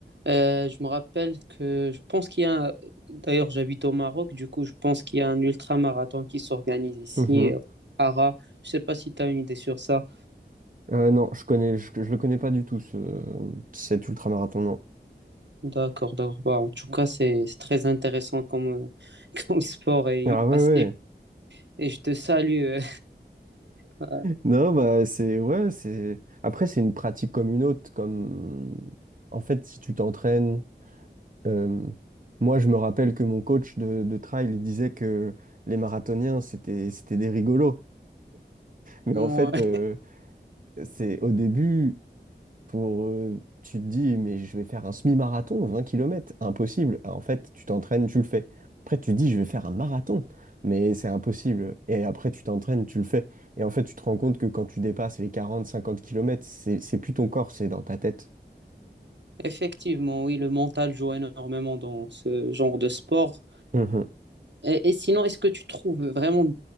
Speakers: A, on the right; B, on the right.
A: Euh, je me rappelle que je pense qu'il y a, un- d'ailleurs j'habite au Maroc, du coup je pense qu'il y a un ultra-marathon qui s'organise ici,
B: Mhm.
A: euh, à Ara. Je sais pas si tu as une idée sur ça.
B: Euh, non, je connais, je, je le connais pas du tout, ce, cet ultramarathon, non.
A: D'accord, d'accord. Bah, en tout cas, c'est c'est très intéressant comme, euh, <laughs> comme sport et
B: Ah ouais,
A: assez.
B: ouais.
A: Et je te salue. euh. <laughs> Ouais.
B: Non, bah c'est ouais, c'est après c'est une pratique comme une autre comme en fait si tu t'entraînes euh, moi je me rappelle que mon coach de, de trail il disait que les marathoniens c'était c'était des rigolos. Mais
A: Ouais.
B: en fait euh, c'est au début pour, euh, tu te dis, mais je vais faire un semi-marathon, 20 kilomètres impossible. En fait, tu t'entraînes, tu le fais. Après, tu te dis, je vais faire un marathon, mais c'est impossible. Et après, tu t'entraînes, tu le fais. Et en fait, tu te rends compte que quand tu dépasses les 40, 50 kilomètres c'est, c'est plus ton corps, c'est dans ta tête.
A: Effectivement, oui, le mental joue énormément dans ce genre de sport.
B: Mhm.
A: Et, et sinon, est-ce que tu trouves vraiment